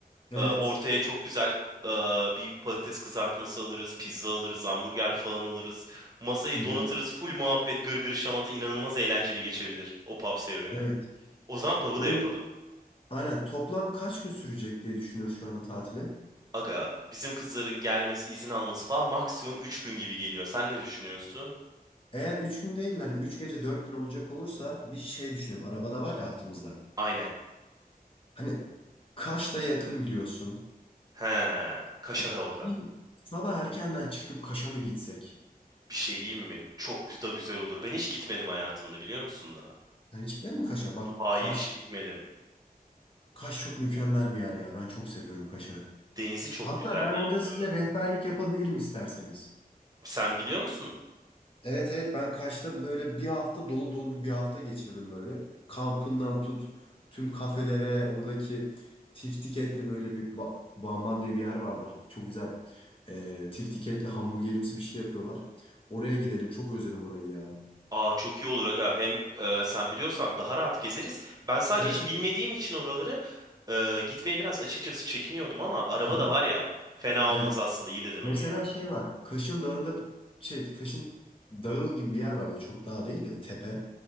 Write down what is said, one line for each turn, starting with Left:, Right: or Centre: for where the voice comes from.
Left: Evet.
Right: Ee, ortaya çok güzel e, bir patates kızartması alırız, pizza alırız, hamburger falan alırız. Masayı
Left: Hı hı.
Right: donatırız, full muhabbet, gırgır şamata inanılmaz eğlenceli geçebilir o pub serüveni.
Left: Evet.
Right: O zaman pub'ı
Left: Bu
Right: da yapalım.
Left: aynen toplam kaç gün sürecek diye düşünüyoruz şu anda tatile.
Right: Aga, bizim kızların gelmesi, izin alması falan maksimum 3 gün gibi geliyor. Sen ne düşünüyorsun?
Left: Eğer 3 gün değil hani 3 gece 4 gün olacak olursa bir şey düşünüyorum. Arabada var ya altımızda.
Right: Aynen.
Left: Hani Kaş'ta yakın biliyorsun.
Right: He, Kaşa da orada.
Left: Bir Sabah erkenden çıkıp Kaş'a mı gitsek?
Right: Bir şey diyeyim mi? Çok gü- da güzel olur. Ben hiç gitmedim hayatımda biliyor musun da?
Left: Yani hiç gitmedin mi Kaş'a? Bak
Right: Hayır
Left: Kaş,
Right: hiç gitmedim.
Left: Kaş çok mükemmel bir yer ya. Ben çok seviyorum Kaş'ı.
Right: Denizi çok
Left: Hatta
Right: güzel
Left: ben
Right: diye
Left: orada
Right: biliyorum.
Left: size rehberlik yapabilirim isterseniz.
Right: Sen biliyor musun?
Left: Evet evet ben Kaş'ta böyle bir hafta dolu dolu bir, bir hafta geçirdim böyle. Kampından tut tüm kafelere oradaki tiftik etli böyle bir ba- bamban diye bir yer vardı. Çok güzel e, tiftik etli hamburgerimsi bir şey yapıyorlar. Oraya giderim çok özledim orayı ya.
Right: Aa çok iyi olur aga. Hem e, sen biliyorsan daha rahat gezeriz. Ben sadece
Left: Evet
Right: hiç
Left: evet.
Right: bilmediğim için oraları e, gitmeye biraz açıkçası çekiniyordum ama araba
Left: Aha,
Right: da var ya. Fena
Left: Evet.
Right: olmaz aslında. İyi dedin
Left: Mesela
Right: onu ya.
Left: şey var Kaş'ın dağında bir şey Kaş'ın dağı gibi bir yer var böyle çok dağ değil de bir tepe.